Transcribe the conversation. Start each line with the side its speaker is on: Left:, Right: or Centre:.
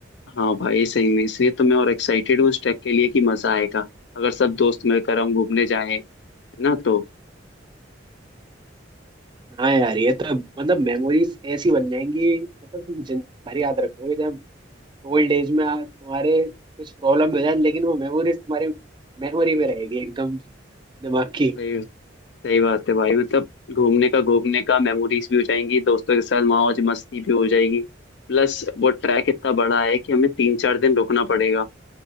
Left: है हाँ भाई सही में इसलिए तो मैं और एक्साइटेड हूँ उस ट्रैक के लिए कि मजा आएगा अगर सब दोस्त मिलकर हम घूमने जाएं है ना तो
Right: हाँ यार ये तो मतलब मेमोरीज ऐसी बन जाएंगी मतलब तुम जिंदगी भर याद रखोगे जब ओल्ड एज में आ- तुम्हारे कुछ प्रॉब्लम हो जाए लेकिन वो मेमोरीज तुम्हारी मेमोरी में रहेगी एकदम दिमाग की
Left: सही सही बात है भाई मतलब घूमने का घूमने का मेमोरीज भी हो जाएंगी दोस्तों के साथ मौज मस्ती भी हो जाएगी प्लस वो ट्रैक इतना बड़ा है कि हमें तीन चार दिन रुकना पड़ेगा